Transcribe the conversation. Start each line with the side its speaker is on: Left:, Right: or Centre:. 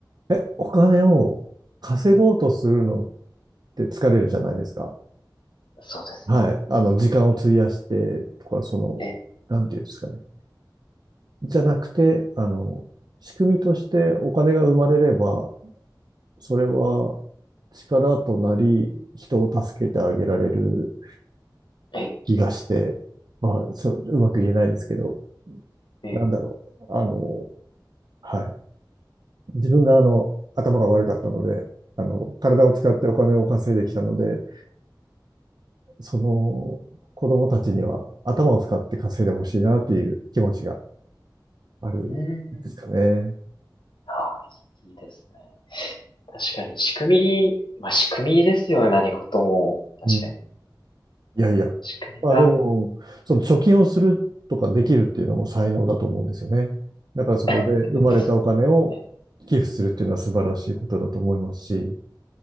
Right: え、お金を稼ごうとするのって疲れるじゃないですか。
Left: そうですね。
Right: はい。あの、時間を費やしてとか、その、
Left: ええ、
Right: なんていうんですかね。じゃなくて、あの、仕組みとしてお金が生まれれば、それは力となり、人を助けてあげられる
Left: ええ、
Right: 気がして、まあ、そう、うまく言えないですけど、
Left: ええ
Right: なんだろう。あの、はい。自分があの頭が悪かったので、あの体を使ってお金を稼いできたので、その子供たちには頭を使って稼いでほしいなっていう気持ちがあるんですかね。
Left: うーん。ああ、いいですね。確かに仕組み、まあ仕組みですよね。何事も。確かに。
Right: うん、いやいや。
Left: 仕組みが。
Right: まあでも、その貯金をするとかできるっていうのも才能だと思うんですよね。だからそこで生まれたお金を寄付するっていうのは素晴らしいことだと思いますし、
Left: <laughs> ええ。